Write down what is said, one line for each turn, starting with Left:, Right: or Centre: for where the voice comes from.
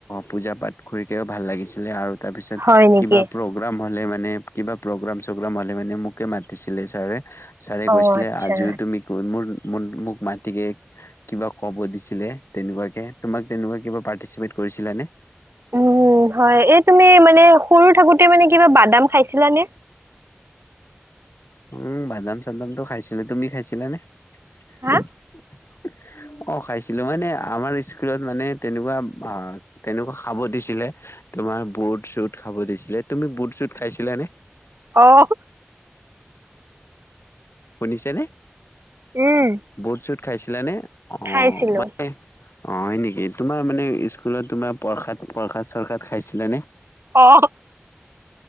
Left: পূজা পাঠ কৰিকও ভাল লাগিছিলে। আৰু তাৰপিছত
Right: হয় নেকি
Left: কিবা প্ৰগাম। হ'লে মানে কিবা প্ৰগাম চগ্ৰাম হ'লে মানে মোকে মাতিছিলে ছাৰে। ছাৰে
Right: অ'
Left: কৈছিলে।
Right: আচ্ছা
Left: আজিও তুমি মোৰ। ম মোক মাটিকে কিবা ক'ব দিছিলে তেনেকুৱা। তোমাক তেনেকুৱা কিবা পাৰতিচেপত কৰিছিলা নে।
Right: উম হয়। এই তুমি মানে সৰু থাকোতে মানে কিবা বাদাম খাইছিলানে।
Left: উম বাদাম চাদামটো খাইছিলা। তুমি খাইছিলানে?
Right: হা
Left: <unintelligible> অ খাইছিলো মানে আমাৰ স্কুলত মানে তেনেকুৱা তেনেকুৱা খাব দিছিলে। তোমাৰ বুট চুট খাব দিছিলে। তুমি বুট চুট খাইছিলা নে।
Right: আহ।
Left: শুনিছেনে
Right: উম
Left: বুট চুট খাইছিলানে। অ
Right: খাইছিলো
Left: মানে অ হয় নেকি। তোমাৰ মানে স্কুলত তোমাৰ প্ৰসাদ, প্ৰসাদ। চৰখাত পাইছিলানে।
Right: অ'